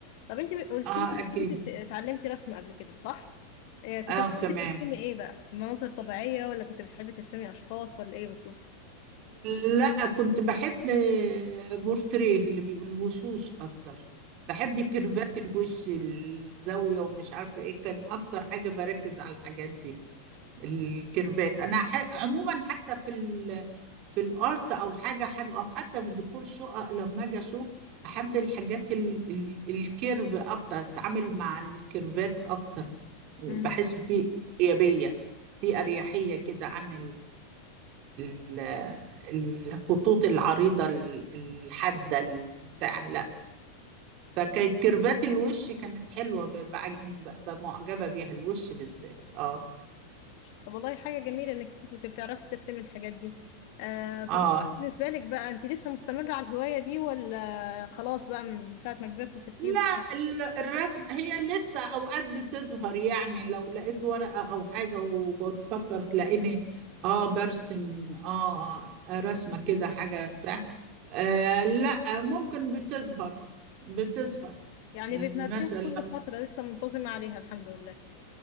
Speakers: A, on the left (about 45°); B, on the right (about 40°).
A: طب انت قلت
B: آه
A: لي
B: أكيد
A: انت بت- اتعلمتي رسم قبل كده صح آه كنت
B: آه
A: بتحبي
B: تمام
A: ترسمي ايه بقى مناظر طبيعيه ولا كنت بتحبي ترسمي اشخاص ولا ايه بالظبط
B: لا كنت بحب بورتريه اللي بيقول وشوش اكتر بحب كيرفات الوش الزاوية ومش عارفة ايه كان اكتر حاجة بركز على الحاجات دي الكيرفات انا ح... عموما حتى في ال... في الارت او حاجة حلوة او حتى في الديكور شقق لما اجي اشوف احب الحاجات ال... ال... الكيرف اكتر اتعامل مع الكيرفات اكتر بحس
A: مم.
B: فيه ايجابية في اريحية كده عن ال- الخطوط العريضة ال- الحادة بتاع لا فكان كيرفات الوش كانت حلوة ببقى عج- ببقى معجبة بيها الوش بالذات اه
A: طب والله حاجة جميلة انك كنت بتعرفي ترسمي الحاجات دي آه طب
B: اه
A: بالنسبة لك بقى انت لسه مستمرة على الهواية دي ولا خلاص بقى من ساعة ما كبرت سبتيهم
B: لا ال- الرسم هي لسه اوقات بتظهر يعني لو لقيت ورقة او حاجة وبتفكر تلاقيني اه برسم اه رسمة كده حاجة بتاع آه لا ممكن بتظهر بتظهر
A: يعني بتمارسيها
B: مثلا
A: كل فترة لسه منتظمة عليها الحمد لله